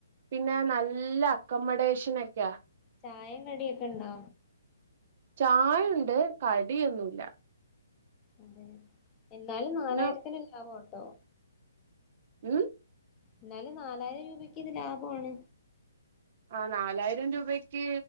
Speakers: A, on the right; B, on the left.
A: പിന്നെ നല്ല അക്കമഡേഷൻ ഒക്കെയാ
B: ചായയും കടിയൊക്കെ ഉണ്ടോ
A: ചായ ഉണ്ട് കടിഒന്നുല്ല
B: അതെ എന്നാലും നാലായിരത്തിന്
A: പിന്നെ
B: ലാഭമാണ് ത്തോ
A: ഉം
B: എന്നാലും നാലായിരം രൂപക്ക് ഇത് ലാഭാണ്
A: ആഹ് നാലായിരം രൂപക്ക്